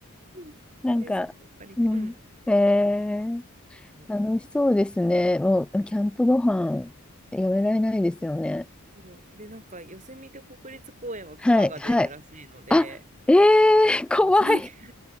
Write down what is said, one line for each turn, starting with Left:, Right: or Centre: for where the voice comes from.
Right: <laughs>
Centre: なんか、
Right: で、そこ借りて、
Centre: うん、
Right: うん。
Centre: えー、
Right: うんうん
Centre: 楽しそうですね。もう、キャンプご飯、やめられないですよね。
Right: そうで、なんか、ヨセミテ国立公園は熊が出るらしいので、
Centre: はい、はい。あ、え
Right: なんか、
Centre: ー、怖い。
Right: その <laughs> キ